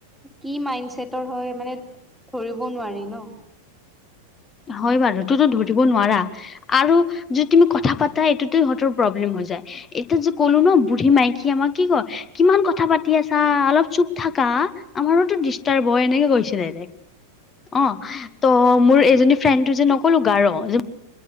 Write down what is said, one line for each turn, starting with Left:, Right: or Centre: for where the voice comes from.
Centre: কি মাইণ্ডছেটৰ হয় মানে ধৰিব নোৱাৰি ন।
Left: হয় বাৰু তোতো ধৰিব নোৱাৰা। আৰু যদি তুমি কথা পাতা এইটোত সিহঁতৰ প্ৰবলেম হৈ যায়। এতি যে কলো ন বুঢ়ী মাইকী আমাক কি কয়, কিমান কথা পাতি আছা অলপ চুপ থাকা। আমাৰোতো দিষ্টাৰ হয় এনেকে কৈছিলে, অ ত মোৰ এজনী ফ্ৰেডটো যে নক'লো গা ৰ